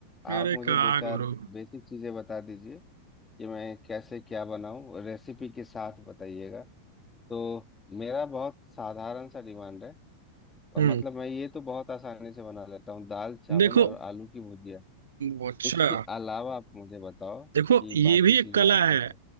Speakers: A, on the left; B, on the right.
A: आप
B: अरे
A: मुझे
B: का
A: दो चार
B: गुरु
A: बेसिक चीज़ें बता दीजिए कि मैं कैसे क्या बनाऊं रेसिपी के साथ बताइएगा तो मेरा बहुत साधारण सा डिमांड है और
B: हम्म
A: मतलब मैं ये तो बहुत आसानी से बना लेता हूँ दाल चावल
B: देखो
A: और आलू की भुजिया
B: वो अच्छा
A: इसके अलावा आप मुझे बताओ
B: देखो
A: कि
B: ये
A: बाकी
B: भी
A: चीज़ों
B: एक कला
A: को
B: है
A: कैसे